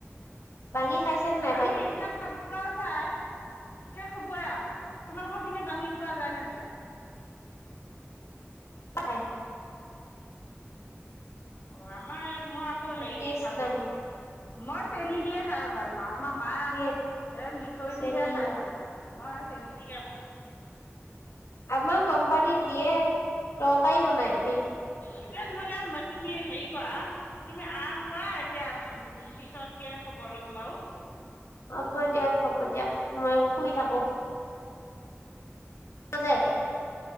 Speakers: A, on the left; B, on the left.
A: বাঙি খাইছে নাই
B: বাঙি এতিয়া পোৱা যায়। শেষ হবইে আৰু । তোমালোকৰ পিনে বাঙি পোৱা যায় নে নাযায়?
A: খায়।
B: অ' আমাৰ ইয়াত মই আকৌ হেৰি
A: টেষ্ট
B: দি ভাল
A: নাহে
B: পাওঁ। মই চেনী দিয়ে খাই ভাল পাওঁ। আমাৰ মায়ে
A: কি
B: আকৌ এ মিঠৈ
A: চেনি
B: দিহে খাই ভাল পায়। মই চেনি দিলে ভাল পাওঁ।
A: আমাক। কোম্পানীত দিয়ে। তৰকাৰী বনাই ম।
B: এতিয়া নহলে তুমি হেৰি কৰা। তুমি আৰাম কৰা এতিয়া পিছতকে খবৰ লম বাৰু।
A: হ'ব দিয়ক হ'ব দিয়ক মই শুই থাকো। সে <unintelligible>